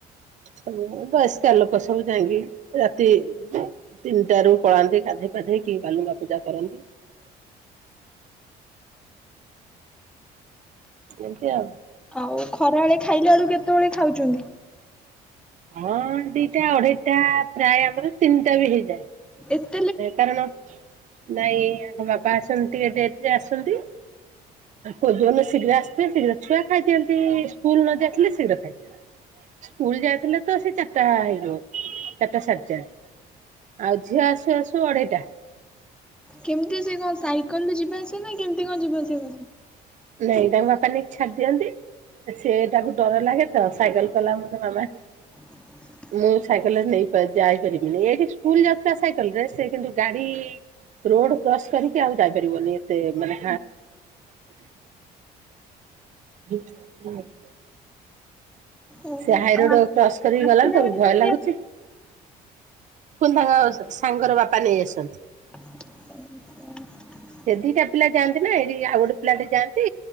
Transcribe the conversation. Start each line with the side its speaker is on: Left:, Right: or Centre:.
Right: ତି ବୟସ୍କା ଲୋକ ସବୁ ଯାଇକି ରାତି ତିନିଟା ରୁ ପଳାନ୍ତି ଗାଧୋଇ ପାଧେଇ କି ବାଲୁଙ୍ଗା ପୂଜା କରନ୍ତି। ଏମତି ଆଉ।
Centre: ଆଉ ଖରାବେଳେ ଖାଇଲା ବେଳୁ କେତେବେଳେ ଖାଉଛନ୍ତି।
Right: ହଁ ଦିଟା ଅଢେଇଟା ପ୍ରାୟ ଆମର ତିନିଟା ବି ହେଇଯାଏ।
Centre: ଏସ୍
Right: କାରଣ ନାଇଁ ଆଙ୍କ ବାପ ଆସନ୍ତି ଟିକେ ଡେରି ରେ ଆସନ୍ତି। କୋଉ ଦିନ ଶିଘ୍ର ଆସୁବେ ଶିଘ୍ର ଛୁଆ ଖାଇଦିଅନ୍ତି ସ୍କୁଲ ନ ଯାଇ ଥିଲେ ଶୀଘ୍ର ଖାଇଦିଅନ୍ତି। ସ୍କୁଲ ଯାଇଥିଲେ ତ ସେ ଚାରିଟା ହେଇଯିବ ଚାରିଟା ସାଢେ ଚା ଆଉ ଝିଅ ଆସୁ ଆସୁ ଅଢେଇଟା।
Centre: କେମିତି ସେ କଣ ସାଇକେଲ ରେ ଯିବା ଆସିବା ନା କେମିତି କଣ ଯିବା ଆସିବା କର
Right: ନାଇଁ ତାଙ୍କ ବାପା ନେଇକି ଛାଡି ଦିଅନ୍ତି। ସେ ତାକୁ ଡର ଲାଗେ ତ ସାଇକେଲ କହିଲା ମତେ ମାମା
Centre: <unintelligible>
Right: ମୁଁ ସାଇକେଲରେ ନେଇ ପାରି ଯାଇପାରିବିନି ଏଇଠି ସ୍କୁଲ ଯାଉଥିଲା ସାଇକେଲ ରେ ସେ କିନ୍ତୁ ଗାଡି ରୋଡ କ୍ରସ୍ କରିକି ଆଉ ଯାଇପାରିବନି ଏତେ ମାନେ <unintelligible> ହଁ।
Centre: ଓହୋ
Right: ସେ ହାଇ ରୋଡ
Centre: ଆଉ
Right: କ୍ରସ କରିକି
Centre: ଆସିଲା
Right: ଗଲା ତ
Centre: ବେଳେ
Right: ଭୟ
Centre: କେମିତି
Right: ଲାଗୁଛି। ଫୁନ ତାଙ୍କ ସାଙ୍ଗର ବାପା ନେଇ ଆସନ୍ତି।
Centre: <unintelligible>
Right: ସେ ଦିଟା ପିଲା ଯାଆନ୍ତି ନା ଏଇଠି ଆଉ ଗୋଟେ ପିଲା ଟେ ଯାଆନ୍ତି।